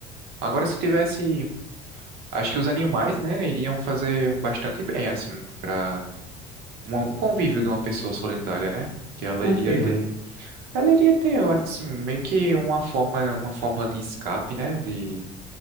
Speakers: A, on the right (about 75°); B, on the right (about 30°).
A: Agora, se tivesse Acho que os animais, né, iriam fazer um bastante bem, assim, para um convívio de uma pessoa solitária, né? Que ela
B: Por
A: iria
B: quê,
A: ter,
B: mano?
A: ela iria ter, assim, meio que uma forma, uma fórmula de escape, né? De